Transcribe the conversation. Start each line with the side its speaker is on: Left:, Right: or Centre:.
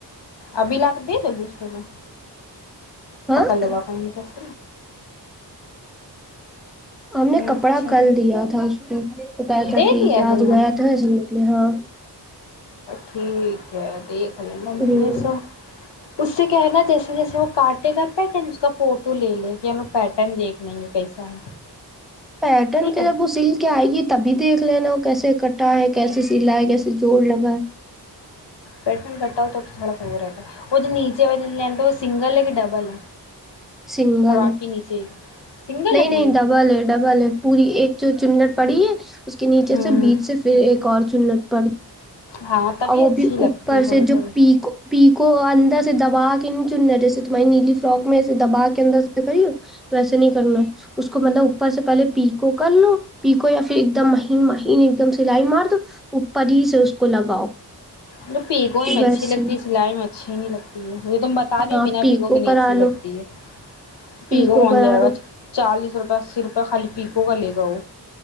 Left: ابھی لا کے دے دو گی اس میں
Centre: ہاں
Left: کل لا نہیں تو س
Centre: ہم نے
Left: اچھا
Centre: کپڑا کل دیا تھا اس کو وہ کہہ رہا تھا
Left: دے
Centre: ٹھیک
Left: دیا
Centre: ہے آج
Left: دنیا
Centre: گیا تو ایسے نکلے ہاں
Left: ٹھیک ہے دیک ا گمند
Centre: ہوں
Left: سو اس سے کہنا جیے جیسے کاے گا پٹ فوٹو لے لے ہم پیٹرن دیکھ لیں گے کیسا ہے
Centre: پیٹرن
Left: ٹھیک
Centre: کے
Left: ہے
Centre: جب وہ سل کے آئے گی تبھی دیکھ لینا وہ کیسے کٹا ہے کیسے سل ہے کیسے جوڑ لگا ہے
Left: بیٹمنٹ کٹا ہوتا ہے تو تھوڑا سا وہ رہتا ہے وہ جو نیچے والے لینتا وہ سنگل ہے کہ ڈبل ہے
Centre: سنگل
Left: فراق
Centre: ہے
Left: ہی نیچے سنگل
Centre: نہیں
Left: ہے
Centre: نہیں
Left: پوری
Centre: ڈبل ہے ڈبل ہے پوری ایک جو چلٹ پڑی ہے اس کے نیچے
Left: ہوں
Centre: سے بیچ سے پھر ایک اورچ سنت پڑ
Left: ہاں تبھی
Centre: اور وہ
Left: اچھی
Centre: بھی
Left: لگتی
Centre: اوپر
Left: تھوڑی
Centre: سے
Left: تھوڑی
Centre: جو پیکو دبا کے نہیں چننا ہے جیسے تمہاری نیلی فرک میںے دبا کے اندر سے کری ہو ویسے نہیں کرنا اس کو مطلب اوپر سے پہلے پی کوو کر لو پی کوو یا پھر ایک دم مہین مہین ایک دم سلائی مار دو اوپر ہی سے اس کو لگاؤ
Left: ملب پیکوں میں
Centre: ویسی
Left: اچھی لگتی ہے سلائی میں اچھی نہیں لگتی ہے یہ تم بتا رہی ہو
Centre: ہاں
Left: بنا
Centre: پیکو
Left: پکو ک نہیں
Centre: کرا
Left: اچھی
Centre: لو
Left: لگتی ہے پی
Centre: پیکو
Left: کوو کون
Centre: کرا
Left: جائے گا
Centre: لو
Left: چالیس سرپا سر تو خالی پیپو گ لے گاؤ